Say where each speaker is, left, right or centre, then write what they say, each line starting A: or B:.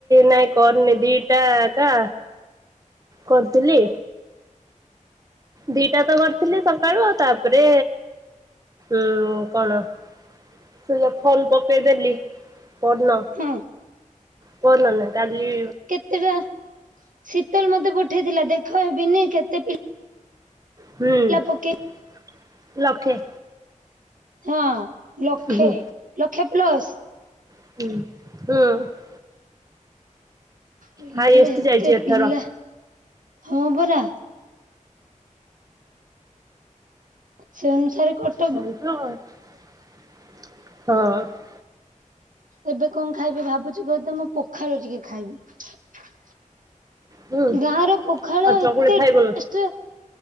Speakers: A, on the right; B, on the right.
A: ନାଇଁ କରନି ଦିଟା କା କରିଥିଲି। ଦିଇଟା ତ କରିଥିଲି ସକାଳୁ ଆଉ ତାପରେ ଉଁ କଣ? ତୁ ଯୋଉ ଫୋନ ପକେଇଦେଲି। ପରଦିନ
B: ହୁଁ
A: ପରଦିନ ନାହିଁ କାଲି
B: ଏଇଟା ଶୀତଲ ମତେ ପଠେଇଥିଲା ଦେଖ ହେ ବିନି କେତେ ପିଲା
A: ହୁଁ
B: ପକେଇ
A: ଲକ୍ଷେ।
B: ହଁ, ଲକ୍ଷେ
A: ହୁଁ
B: ଲକ୍ଷେ ପ୍ଲସ।
A: ଉଁ ହୁଁ।
B: ପିଲା
A: ହାଇଏଷ୍ଟ
B: ବେଳେ ଏତେ
A: ଯାଇଛି ଏଥର
B: ପିଲା ହଁ ପରା। ସେ ଅନୁସାରେ କର
A: <unintelligible> ହଁ।
B: ଏବେ କଣ ଖାଇବି ଭାବୁଛି ବୋଲି ତ ମୁଁ ପଖାଳ ଟିକେ ଖାଇବି।
A: ହୁଁ
B: ଗାଁ ର ପଖାଳ
A: ଆଉ ଚକୁଳି
B: ଏତେ
A: ଖାଇବୁନୁ?
B: ଟେଷ୍ଟ।